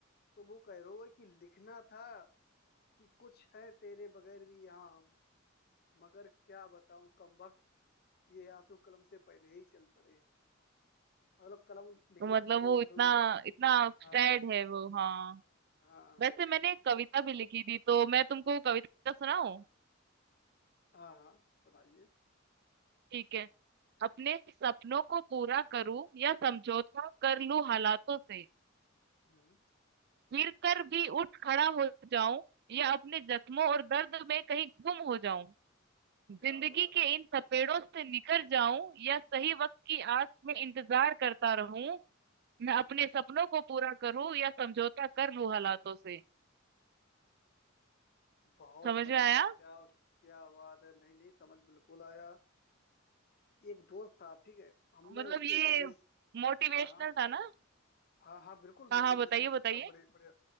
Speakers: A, on the left; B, on the right.
A: तो वो कह रहा है कि लिखना था कि कुछ है तेरे बगैर भी यहाँ हम मगर क्या बताऊं कमबख्त ये आंसू कलम से पहले ही चल पड़े मतलब कलम लिखने
B: तो मतलब
A: से पहले
B: वो
A: ही आंसू
B: इतना
A: लिख
B: इतना
A: हाँ
B: सैड है वो हाँ
A: हाँ हाँ
B: वैसे मैंने एक कविता भी लिखी थी तो मैं तुमको कविता सुनाऊं
A: हाँ हाँ, सुनाइए
B: ठीक है अपने सपनों को पूरा करूं या समझौता कर लूं हालातों से
A: हम्म
B: गिर कर भी उठ खड़ा हो जाऊं या अपने जख्मों और दर्द में कहीं गुम हो जाऊं
A: क्या
B: जिंदगी
A: बात
B: के
A: है
B: इन थपेड़ों से निकल जाऊं या सही वक्त की आस में इंतजार करता रहूं मैं अपने
A: हम्म
B: सपनों को पूरा करूं या समझौता कर लूं हालातों से
A: बहुत
B: समझ
A: बढ़िया
B: में आया
A: क्या क्या बात है नहीं नहीं समझ बिल्कुल आया एक दोस्त था ठीक है हमने
B: मतलब
A: उसके
B: ये
A: ऊपर भी
B: मोटिवेशनल
A: हाँ हाँ
B: था ना
A: हाँ हाँ बिल्कुल
B: हाँ
A: मोटिवेशनल
B: हाँ बताइए बताइए
A: था बड़े बड़े